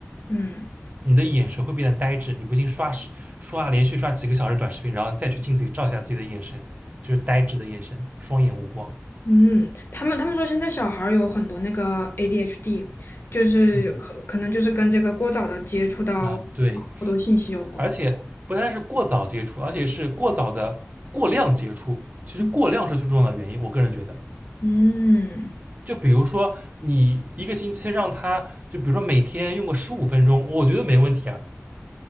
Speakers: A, on the left; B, on the right.
A: 嗯
B: 你的眼神会变得呆滞。你不信刷刷连续刷几个小时短视频，然后再去镜子里照一下自己的眼神，就是呆滞的眼神，双眼无光。
A: 嗯，他们他们说现在小孩儿有很多那个 ADHD，就是可可能就是跟这个过早的接触到
B: 嗯啊，对，
A: 过多信息有关。
B: 而且不但是过早接触，而且是过早的过量接触。其实过量是最重要的原因，
A: 嗯
B: 我个人觉得。
A: 嗯
B: 就比如说，你一个星期让他，就比如说每天用个十五分钟，我觉得没问题啊。